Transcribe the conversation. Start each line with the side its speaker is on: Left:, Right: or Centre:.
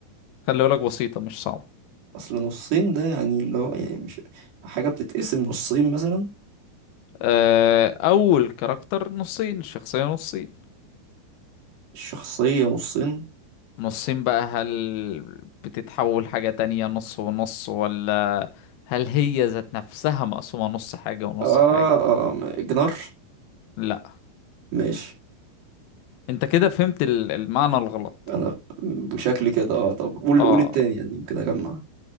Left: خلي بالك بسيطة مش صعبة
Right: أصل نصين ده يعني اللي هو يعني مش حاجة بتتقسم نصين مثلا
Left: آه، أول كاركتر نصين الشخصية نصين
Right: الشخصية نصين
Left: نصين بقى هل بتتحول حاجة تانية نص ونص ولا هل هي ذات نفسها مقسومة نص حاجة ونص
Right: آه,
Left: حاجة
Right: آه جنار
Left: لا
Right: ماشي
Left: انت كده فهمت ال- المعنى الغلط
Right: أنا بشكلي كده آه طب قول
Left: اه
Right: قول التاني يعني يمكن أجمع